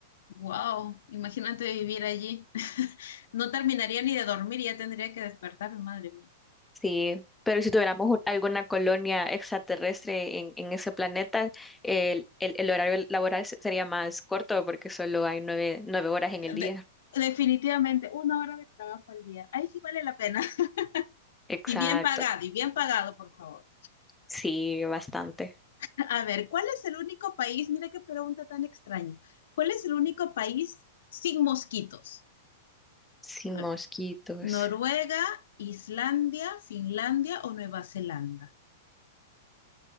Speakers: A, on the left; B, in the centre.
A: Wow, imagínate vivir allí. <laughs> No terminaría ni de dormir, ya tendría que despertarme, madre mía.
B: Sí, pero si tuviéramos un- alguna colonia extraterrestre en, en ese planeta, el, el- el horario laboral se- sería más corto porque solo hay nueve, nueve horas en el
A: De-
B: día.
A: definitivamente, una hora de trabajo al día. Ahí sí vale la pena. <laughs>
B: Exacto.
A: Y bien pagado, y bien pagado, por favor.
B: Sí, bastante.
A: <laughs> A ver, ¿cuál es el único país? Mira qué pregunta tan extraña. ¿Cuál es el único país sin mosquitos?
B: Sin
A: Nor-
B: mosquitos.
A: ¿Noruega, Islandia, Finlandia o Nueva Zelanda?